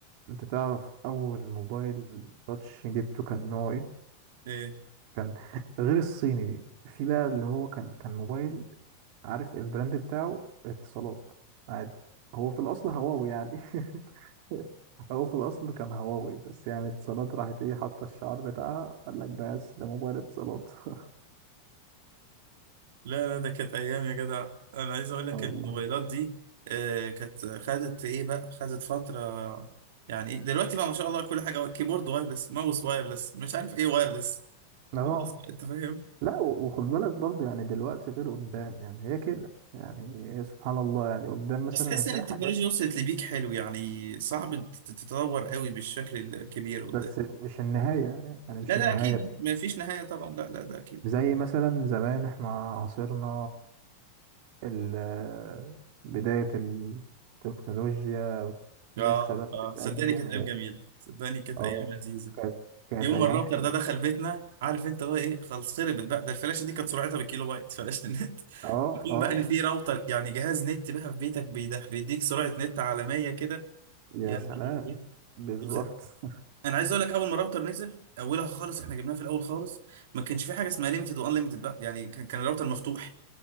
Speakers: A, on the right (about 50°); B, on the right (about 75°).
A: انت تعرف اول موبايل تاتش جبته كان نوع ايه
B: إيه؟
A: كان <laughs> غير الصيني في بقى اللي هو كان كان موبايل عارف البراند بتاعه اتصالات عادي هو في الاصل هواوي يعني <laughs> هو في الاصل كان هواوي بس يعني اتصالات راحت ايه حاطه الشعار بتاعها قال لك بس ده موبايل اتصالات <laughs>
B: لا لا ده كانت ايام يا جدع انا عايز اقول لك
A: اه والله
B: الموبايلات دي آه، كانت خدت ايه بقى خدت فتره يعني إيه؟ دلوقتي بقى ما شاء الله كل حاجه كيبورد وايرلس ماوس وايرلس مش عارف ايه وايرلس
A: اه
B: خلاص بقى، انت فاهم
A: لا و- وخد بالك برضه يعني دلوقتي غير قدام يعني هي كده يعني هي سبحان الله يعني قدام مثلا
B: بس تحس
A: هتلاقي
B: ان التكنولوجيا
A: حاجات
B: وصلت لبيك حلو يعني صعب تت- تتطور قوي بالشكل الكبير قدام
A: بس مش النهاية يعني
B: لا
A: مش
B: لا
A: النهاية
B: اكيد
A: ب-
B: ما فيش نهايه طبعا لا لا ده اكيد
A: زي مثلا زمان احنا عاصرنا ال- بداية التكنولوجيا لسه
B: اه
A: بقى بتتقدم
B: اه صدقني كانت ايام
A: و...
B: جميله صدقني كانت
A: اه
B: ايام لذيذه
A: كانت كانت
B: يوم
A: أيام
B: ما الراوتر
A: حلوة
B: ده دخل بيتنا عارف انت بقى ايه خلص خربت بقى ده الفلاشه دي كانت سرعتها بالكيلو بايت فلاشه النت
A: اه
B: <laughs> يكون
A: اه
B: بقى ان في راوتر يعني جهاز نت بقى في بيتك بيده بيديك سرعه نت عالميه كده
A: يا
B: يعني
A: سلام
B: ايه
A: بالظبط
B: غ-
A: <laughs>
B: انا عايز اقول لك اول ما الراوتر نزل اولها خالص احنا جبناها في الاول خالص ما كانش في حاجه اسمها ليميتد وان ليميتد بقى يعني كان كان الراوتر مفتوح